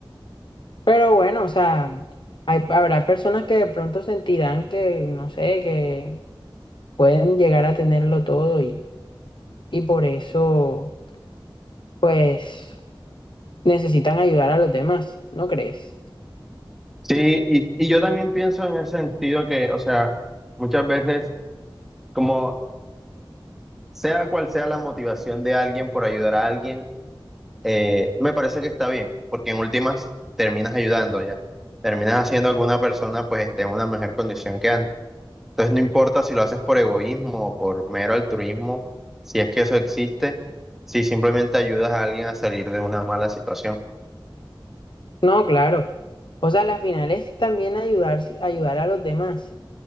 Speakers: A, on the left (about 65°); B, in the centre.
A: pero bueno, o sea, hay, habrá personas que de pronto sentirán que, no sé, que pueden llegar a tenerlo todo y, y por eso, pues, necesitan ayudar a los demás, ¿no crees?
B: Sí, y, y yo también pienso en ese sentido que, o sea, muchas veces, como sea cual sea la motivación de alguien por ayudar a alguien, eh, me parece que está bien, porque en últimas terminas ayudando ya, terminas haciendo que una persona pues esté en una mejor condición que antes. Entonces no importa si lo haces por egoísmo o por mero altruismo, si es que eso existe, si simplemente ayudas a alguien a salir de una mala situación.
A: No, claro. O sea, la final es también ayudarse, ayudar a los demás.